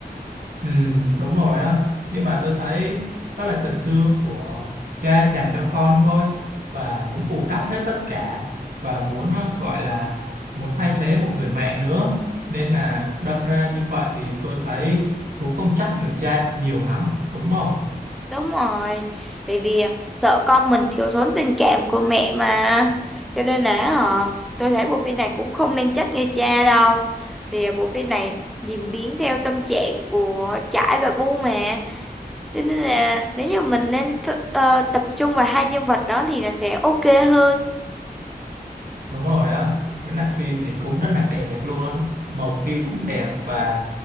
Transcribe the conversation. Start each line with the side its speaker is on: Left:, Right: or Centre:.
Right: ừ đúng rồi á nhưng mà tôi thấy đó là tình thương của cha dành cho con thôi và muốn bù đắp hết tất cả và muốn ờ, gọi là muốn thay thế một người mẹ nữa nên là đâm ra như vậy thì tôi thấy cũng không trách người cha nhiều lắm đúng không
Centre: Đúng rồi, tại vì à, sợ con mình thiếu thốn tình cảm của mẹ mà. Cho nên là họ tôi thấy bộ phim này cũng không nên trách người cha đâu. Thì à, bộ phim này diễn biến theo tâm trạng của Trải và Bu mà. Cho nên là nếu như mình nên th- ờ, tập trung vào hai nhân vật đó thì nó sẽ ok hơn.
Right: đúng rồi á với lại phim thì cũng rất là đẹp luôn màu phim cũng đẹp và